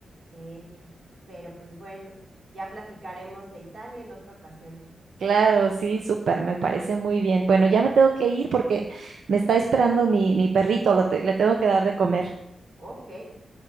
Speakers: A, on the right; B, on the right.
A: de hecho. Pero pues bueno, ya platicaremos de Italia en otra ocasión.
B: Claro, sí, súper, me parece muy bien. Bueno, ya me tengo que ir porque me está esperando mi, mi perrito, lo te- le tengo que dar de comer.
A: Ok,